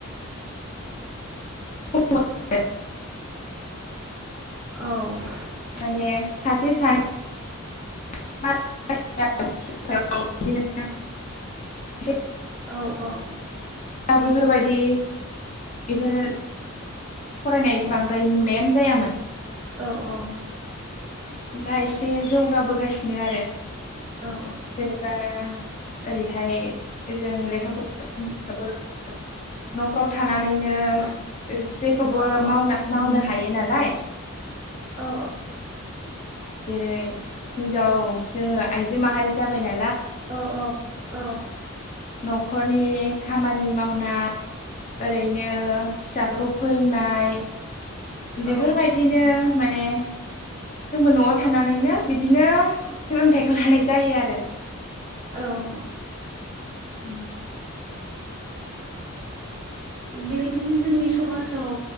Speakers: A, on the left (about 35°); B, on the right (about 40°).
A: <inaudible>
B: औ
A: माने सासे सान <inaudible>
B: औ औ
A: दा बेफोरबायदि इफोर
B: <inaudible>
A: फरायनाय इस बांद्राय नुनायानो जायामोन
B: औ औ
A: दा इसे जौगाबोगासिनो आरो
B: औ
A: जेनेबा ओरैहाय जों लेखा <inaudible> न'फ्राव थानानैनो
B: औ
A: जेखौबो
B: औ
A: मावना मावनो हायो ना लाय
B: औ
A: ओ जेरै हिनजाव जोङो आइजो माहारि जाबायना
B: औ औ औ
A: न'खरनि खामानि मावना ओरैनो फिसाफोरखौ फोरोंनाय बेफोरबायदिनो
B: औ
A: माने जोंबो न'आव थानानैनो बिदिनो सोलोंथाइखौ लानाय जायो आरो।
B: औ औ
A: उम
B: बेबायदिनो जोंनि समासाव